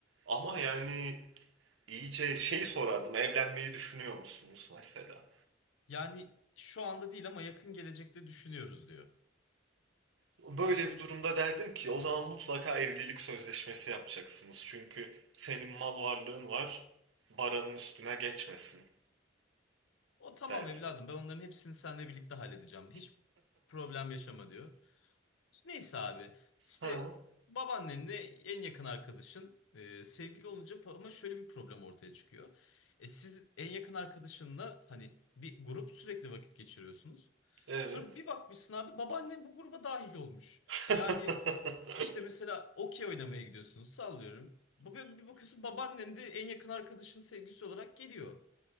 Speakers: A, on the right; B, on the left.
A: Ama yani iyice şey sorardım, evlenmeyi düşünüyor musunuz mesela?
B: Yani şu anda değil ama yakın gelecekte düşünüyoruz diyor.
A: Böyle bir durumda derdim ki o zaman mutlaka evlilik sözleşmesi yapacaksınız. Çünkü senin mal varlığın var, baranın üstüne geçmesin
B: O tamam
A: derdim.
B: evladım ben onların hepsini seninle birlikte halledeceğim. Hiç problem yaşama diyor. Neyse abi işte
A: Ha,
B: babaannenle en yakın arkadaşın e, sevgili olunca pa- ama şöyle bir problem ortaya çıkıyor. E, siz en yakın arkadaşınla hani bir grup sürekli vakit geçiriyorsunuz.
A: evet.
B: Sonra bir bakmışsın abi babaannen bu gruba dahil olmuş.
A: <laughs>
B: Yani İşte mesela okey oynamaya gidiyorsunuz sallıyorum. Bugün bir bakıyorsun babaannen de en yakın arkadaşının sevgilisi olarak geliyor.